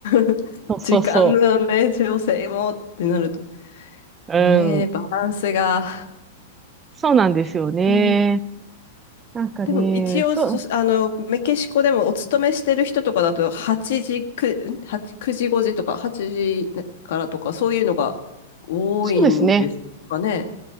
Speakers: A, on the left; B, on the right.
A: <laughs>
B: そうそうそ
A: 時間のね、調整もってなると、
B: う。うん。
A: ねえ、バランスが。
B: そうなんですよね。
A: へえ
B: なんかね、
A: でも一応そ、
B: そう、
A: あの、メキシコでもお勤めしてる人とかだと、8時、くん8、9時5時とか、8時からとか、そういうのが多いんですかね。
B: そうですね。